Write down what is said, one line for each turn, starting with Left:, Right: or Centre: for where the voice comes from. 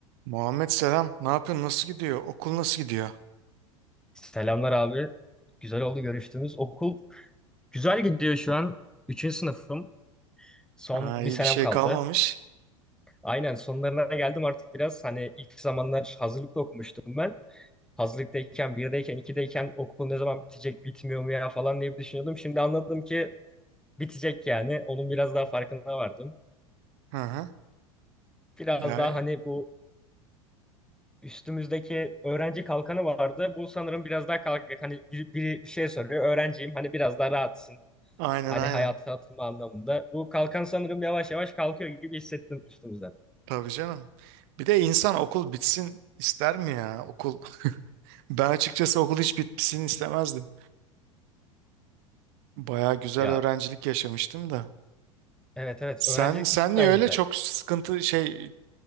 Right: Muhammed selam. Ne yapıyorsun? Nasıl gidiyor? Okul nasıl gidiyor?
Centre: Selamlar abi. Güzel oldu görüştüğümüz. Okul güzel gidiyor şu an. Üçüncü sınıfım. Son
Right: Ha,
Centre: bir
Right: iyi
Centre: senem
Right: bir şey
Centre: kaldı.
Right: kalmamış.
Centre: Aynen sonlarına geldim artık biraz. Hani ilk zamanlar hazırlıkta okumuştum ben. Hazırlıktayken, birdeyken, ikideyken okul ne zaman bitecek, bitmiyor mu ya falan diye bir düşünüyordum. Şimdi anladım ki bitecek yani. Onun biraz daha farkına vardım.
Right: Hı hı.
Centre: Biraz
Right: Ya,
Centre: daha hani bu üstümüzdeki öğrenci kalkanı vardı. Bu sanırım biraz daha kalkık. Hani biri, biri bir şey soruyor. Öğrenciyim. Hani biraz daha rahatsın.
Right: aynen
Centre: Hani
Right: aynen.
Centre: hayata atılma anlamında. Bu kalkan sanırım yavaş yavaş kalkıyor gibi hissettim üstümüzden.
Right: Tabii canım. Bir de insan okul bitsin ister mi ya? Okul. <laughs> Ben açıkçası okul hiç bitsin istemezdim. Baya güzel
Centre: Ya
Right: öğrencilik yaşamıştım da.
Centre: evet evet
Right: Sen
Centre: öğrencilik
Right: sen
Centre: cidden
Right: niye öyle
Centre: güzeldi.
Right: çok sıkıntı şey